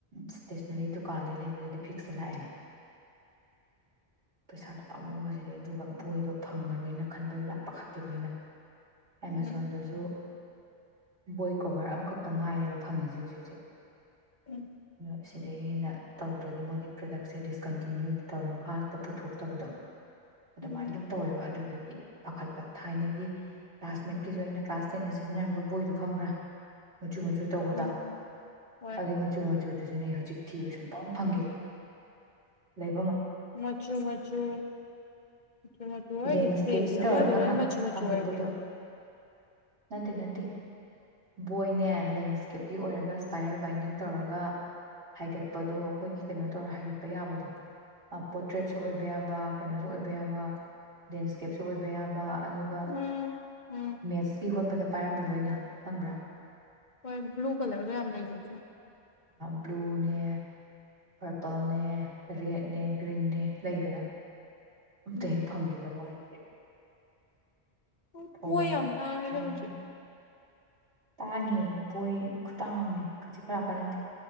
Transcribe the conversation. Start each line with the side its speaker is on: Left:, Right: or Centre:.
Right: ꯁ <inaudible> ꯁꯇꯦꯁꯅꯔꯤ ꯗꯨꯀꯥꯟꯗꯩ ꯂꯩꯕꯗꯗꯤ ꯐꯤꯛꯁꯇ ꯂꯥꯛꯑꯦꯅꯦ ꯄꯩꯁꯥꯗꯣ ꯄꯥꯝꯃꯨꯕꯁꯤꯗꯤ ꯑꯗꯨꯒ ꯕꯣꯏꯗꯣ ꯐꯪꯉꯔꯣꯏꯅ ꯈꯟꯕ ꯌꯥꯝ ꯄꯥꯈꯠꯄꯗꯣ ꯑꯣꯏꯅ ꯑꯦꯃꯥꯖꯣꯟꯗꯁꯨ
Left: ꯎꯝ
Right: ꯕꯣꯏ ꯀꯣꯕꯔ ꯑꯃ ꯈꯛ ꯇ ꯉꯥꯏꯔꯦ ꯐꯪꯉꯤꯁꯦ ꯍꯧꯖꯤꯛ ꯍꯧꯖꯤꯛ
Left: ꯎꯝ
Right: <inaudible> ꯁꯤꯗꯩꯩ ꯍꯦꯟꯅ ꯇꯧꯗ꯭ꯔꯗꯤ ꯃꯣꯏꯗꯤ ꯄ꯭ꯔꯗꯛꯁꯦ ꯗꯤꯁꯀꯟꯇꯤꯅ꯭ꯌꯨ ꯇꯧꯔ ꯃꯈꯥ ꯍꯦꯛꯇ ꯄꯨꯊꯣꯛꯇꯕꯗꯣ ꯑꯗꯨꯃꯥꯏꯟ
Left: ꯎꯝ
Right: ꯑꯗꯨꯝ ꯇꯧꯋꯦꯕ ꯑꯗꯨꯗꯨ ꯏ ꯄꯥꯈꯠꯄ ꯊꯥꯏꯅꯒꯤ ꯀ꯭ꯂꯥꯁꯃꯦꯠꯀꯤꯖꯨ ꯑꯩꯅ ꯀ꯭ꯂꯥꯁ ꯇꯦꯟꯗ ꯁꯤꯖꯤꯟꯅꯔꯝꯕ ꯕꯣꯏꯗꯣ ꯈꯪꯕ꯭ꯔꯥ ꯃꯆꯨ ꯃꯆꯨ ꯇꯧꯕꯗꯣ
Left: ꯎꯝ ꯍꯣꯏ
Right: ꯑꯗꯨ ꯃꯆꯨ ꯃꯆꯨ ꯑꯗꯨꯖꯨꯅꯦ ꯍꯧꯖꯤꯛ ꯊꯤꯕ ꯁꯨꯡꯐꯪ ꯐꯪꯈꯤꯗꯦ ꯂꯩ
Left: ꯃꯆꯨ ꯃꯆꯨ ꯃꯆꯨ ꯃꯆꯨ ꯍꯥꯏꯖꯦ
Right: ꯂꯦꯟꯁꯀꯦꯞꯀꯤ
Left: ꯄꯦꯁ ꯑꯃꯗ
Right: ꯇꯧꯔꯒ
Left: ꯂꯣꯏ ꯃꯆꯨ ꯃꯆꯨ
Right: ꯍꯥꯡꯗꯣꯛꯄꯗꯣ
Left: ꯑꯣꯏꯕꯤꯔꯣ
Right: ꯅꯠꯇꯦ ꯅꯠꯇꯦ ꯕꯣꯏꯅꯦ ꯂꯦꯟꯁꯀꯦꯞꯀꯤ ꯑꯣꯏꯔꯒ ꯁꯄꯥꯏꯔꯦꯜ ꯕꯥꯏꯟꯗꯤꯡ ꯇꯧꯔꯒ ꯍꯥꯏꯒꯠꯄꯗꯣ ꯑꯩꯈꯣꯏꯒꯤ ꯀꯩꯅꯣ ꯇꯧꯔ ꯍꯥꯏꯒꯠꯄ ꯌꯥꯕꯗꯣ ꯄꯣꯇ꯭ꯔꯦꯠꯁꯨ ꯑꯣꯏꯕ ꯌꯥꯕ ꯀꯩꯅꯣꯁꯨ ꯑꯣꯏꯕ ꯌꯥꯕ ꯂꯦꯟꯁꯀꯦꯞꯁꯨ ꯑꯣꯏꯕ ꯌꯥꯕ ꯑꯗꯨꯒ
Left: ꯎꯝ ꯎꯝ
Right: ꯃꯦꯠꯁꯀꯤ ꯍꯣꯠꯄꯗ ꯄꯥꯏꯔꯝꯕꯗꯣ ꯑꯩꯅ ꯈꯪꯕ꯭ꯔꯥ
Left: ꯍꯣꯏ ꯕ꯭ꯂꯨ ꯀꯂꯔꯒ ꯌꯥꯝ ꯂꯩꯕꯗꯨꯗꯣ
Right: ꯕ꯭ꯂꯨꯅꯦ ꯄꯔꯄꯜꯅꯦ ꯔꯦꯗꯅꯦ ꯒ꯭ꯔꯤꯟꯅꯦ ꯂꯩꯗꯅ ꯑꯝꯇ
Left: ꯎꯝ
Right: ꯍꯦꯛ ꯐꯪꯈꯤꯗꯕ꯭ꯋꯥꯅꯦ ꯍꯧꯖꯤꯛ
Left: ꯍ
Right: ꯊꯋꯥꯏꯗꯤ
Left: ꯄꯨ ꯌꯥꯝ ꯇꯥꯡꯉꯦꯗ
Right: ꯁꯥꯔꯦ
Left: ꯍꯨꯖꯤꯛ
Right: ꯇꯥꯡꯉꯦ ꯕꯣꯏ ꯈꯨꯇꯥꯡꯑꯝꯅꯦ ꯈꯖꯤꯛ ꯈꯔꯀ ꯅꯠꯇꯦ